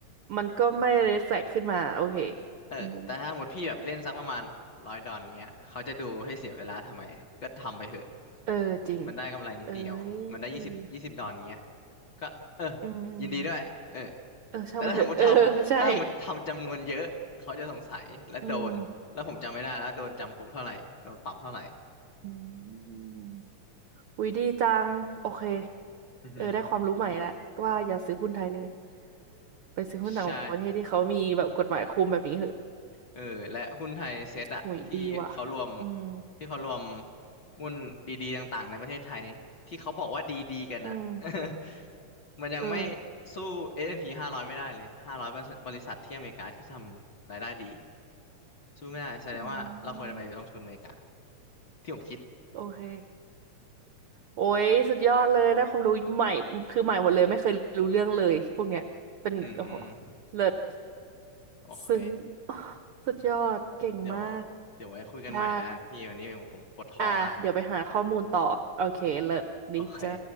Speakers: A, on the right; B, on the left.
A: มันก็ไม่ reflect ขึ้นมาโอเค
B: เออแต่ถ้าหมดพี่แบบเล่นสักประมาณร้อยดอนเงี้ยเขาจะดูให้เสียเวลาทำไมก็ทำไปเถอะ
A: อืมเออจริง
B: มันได้กำไรนิดเดียวมันได้ยี่สิบยี่สิบดอนเงี้ย
A: เอ้ย
B: ก็เออ
A: อืมอืม
B: ยินดีด้วยเออ
A: เออช่างมันเถอะเออใช่
B: แต่ถ้าสมมติทำถ้าสมมติทำจำนวนเยอะเขาจะสงสัยและโดนแล้วผมจำไม่ได้แล้วโดนจำคุกเท่าไหร่โดนปรับเท่าไหร่
A: อืมอืมอุ๊ยดีจัง โอเค
B: อือฮึ
A: เออได้ความรู้ใหม่แล้วว่าอย่าซื้อหุ้นไทยเลย ไปซื้อหุ้นต่างประเทศที่เขามีแบบกฎหมายคุมแบบนี้เหอะ
B: ใช่เออและหุ้นไทยเซ็ตอะที่เขารวม
A: หุยดีว่ะอืม
B: ที่เขารวมหุ้นดีๆต่างๆในประเทศไทยที่เขาบอกว่าดีๆกันอะ
A: อืม
B: <laughs> มันยังไม่
A: เออ
B: สู้ S&P ้าร้อยไม่ได้เลยห้าร้อยบริษัทที่อเมริกาที่ทำรายได้ดีสู้ไม่ได้แสดงว่าเราควรจะไปลงทุนอเมริกา
A: อืม
B: ที่ผมคิด
A: โอเค โอ้ยสุดยอดเลยได้ความรู้ใหม่ คือใหม่หมดเลยไม่เคยรู้เรื่องเลยที่พวกเนี้ย เป็นโอ้โห
B: อืม
A: เลิศ
B: โอเค
A: ซึ้ง <sighs> สุดยอด เก่งมาก
B: เดี๋ยวเดี๋ยวไว้คุยกันใหม่แล้วกันพี่วันนี้ผมปวดท้องละ
A: ได้ อ่ะเดี๋ยวไปหาข้อมูลต่อโอเคเลิศดีจ้า
B: โอเค